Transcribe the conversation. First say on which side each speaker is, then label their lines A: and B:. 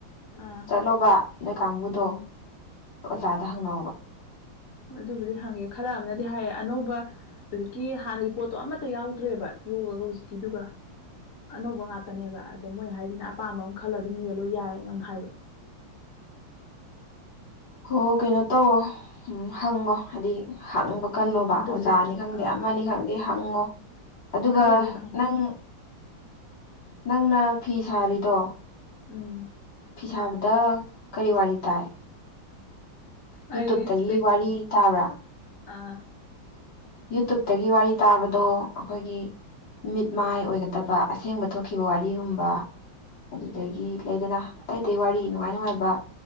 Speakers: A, on the left; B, on the left.
A: ꯑꯥ
B: ꯆꯠꯂꯣꯕ ꯅꯣꯏ ꯀꯥꯡꯕꯨꯗꯣ꯫
A: ꯎꯝ
B: ꯑꯣꯖꯥꯗ ꯍꯪꯅꯑꫭꯕ꯫
A: ꯑꯗꯨꯕꯨꯗꯤ ꯍꯪꯉꯦ ꯈꯔ ꯑꯃꯅꯗꯤ ꯍꯥꯏꯌꯦ ꯑꯅꯧꯕ ꯍꯧꯖꯤꯛꯀꯤ ꯍꯥꯟꯅꯒꯤ ꯄꯣꯠꯇꯣ ꯑꯃꯠꯇ ꯌꯥꯎꯗ꯭ꯔꯦꯕ ꯌꯣꯒꯒ ꯍꯧꯖꯤꯛꯀꯤꯗꯨꯒ꯫ ꯑꯅꯧꯕ ꯉꯥꯛꯇꯅꯦꯕ ꯑꯗꫭ ꯃꯣꯏ ꯍꯥꯏꯁꯤꯅꯦ ꯑꯄꯥꯝꯕ ꯑꯃ ꯈꯜꯂ ꯑꯗꯨꯝ ꯃꯦꯜꯂꫭ ꯌꯥꯏꯌꯦꯅꯝ ꯍꯥꯏꯕ꯫
B: ꯍꯣ ꯀꯩꯅꯣ ꯇꯧꯋꯣ ꯎꯝ ꯍꯪꯉꯣ ꯍꯥꯏꯗꯤ ꯍꯪꯕ ꯀꯜꯂꯣꯕ
A: ꯎꯝ ꯑꯗꯨꯕꯨꯗꯤ
B: ꯑꯣꯖꯥꯅꯤ ꯈꯪꯗꯦ
A: ꯑꯥ
B: ꯑꯃꯅꯤ ꯈꯪꯗꯦ ꯍꯪꯉꯣ꯫ ꯑꯗꯨꯒ
A: ꯑꯗꯨꯕꯨꯗꯤ ꯍꯪ
B: ꯅꯪ ꯅꯪꯅ ꯐꯤ ꯁꯥꯔꯤꯗꯣ
A: ꯎꯝ
B: ꯐꯤ ꯁꯥꯕꯗ ꯀꯔꯤ ꯋꯥꯔꯤ ꯇꯥꯏ꯫ ꯌꯨꯇꯨꯞꯇꯒꯤ
A: ꯑꯩꯗꯤ ꯏꯟꯁꯄꯦ
B: ꯋꯥꯔꯤ ꯇꯥꯕ꯭ꯔꯥ
A: ꯑ
B: ꯌꯨꯇꯨꯞꯇꯒꯤ ꯋꯥꯔꯤ ꯇꯥꯕꯗꯣ ꯑꯈꯣꯏꯒꯤ ꯃꯤꯠ ꯃꯥꯏ ꯑꯣꯏꯒꯗꯕ ꯑꯁꯦꯡꯕ ꯊꯣꯛꯈꯤꯕ ꯋꯥꯔꯤꯒꯨꯝꯕ ꯑꯗꯨꯗꯒꯤ ꯂꯩꯗꯅ ꯑꯇꯩ ꯑꯇꯩ ꯋꯥꯔꯤ ꯅꯨꯡꯉꯥꯏ ꯅꯨꯡꯉꯥꯏꯕ꯫